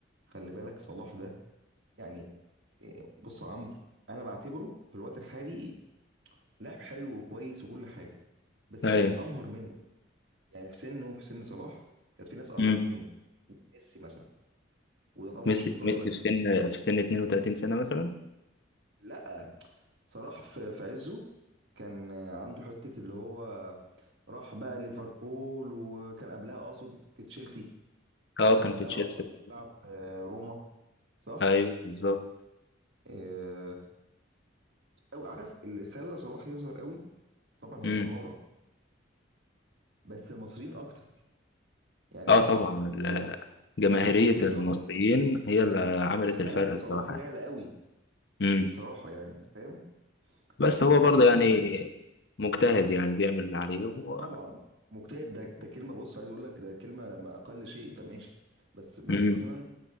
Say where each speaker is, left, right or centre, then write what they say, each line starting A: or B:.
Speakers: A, on the right; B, on the left.
A: خلي بالك صلاح ده يعني إيه، بص يا عمرو انا بعتبره في الوقت الحالي لاعب حلو وكويس وكل حاجه بس
B: ايوه
A: في ناس امهر منه يعني في سنه وفي سن صلاح كانت في ناس امهر
B: امم
A: منه ميسي مثلا وده طبعا
B: ميسي
A: مش هيتكرر
B: ميسي في
A: اساسا
B: سن في سن 32 سنة مثلا
A: لا صلاح في في عزه كان عنده حته اللي هو راح بقى ليفربول وكان قبلها اقصد في تشيلسي
B: اه
A: وكان
B: كان
A: قبلها
B: في تشيلسي
A: اصلا بيلعب في روما صح؟
B: ايوه بالظبط
A: إيه، او عارف اللي خلى صلاح يظهر قوي طبعا
B: امم
A: هي مهاره بس المصريين اكتر يعني
B: اه طبعا ال-
A: ال-
B: جماهيرية
A: ال- بالظبط
B: المصريين هي اللي عملت
A: خلت
B: الفرق الصراحة
A: صلاح يعلى
B: يعني.
A: قوي
B: امم
A: الصراحه يعني انت فاهم
B: بس
A: لكن
B: هو
A: بص
B: برضه
A: كده
B: يعني
A: مثلا
B: مجتهد يعني بيعمل اللي عليه و...
A: طبعا مجتهد ده ده كلمه بص عايز اقول لك ده كلمه لما اقل شيء ده ماشي بس بص
B: امم
A: مثلا